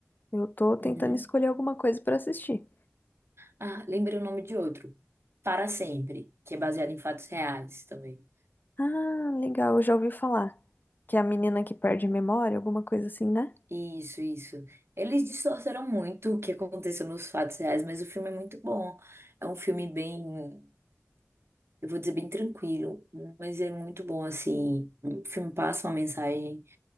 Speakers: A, on the left; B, on the right.
A: Eu tô tentando
B: Uhum.
A: escolher alguma coisa pra assistir.
B: Ah, lembrei o nome de outro. Para Sempre, que é baseado em fatos reais também.
A: Ah, legal, eu já ouvi falar. Que é a menina que perde a memória, alguma coisa assim, né?
B: Isso, isso. Eles distorceram muito o que aconteceu nos fatos reais, mas o filme é muito bom. É um filme bem, eu vou dizer bem tranquilo, mas é muito bom assim. O filme passa uma mensagem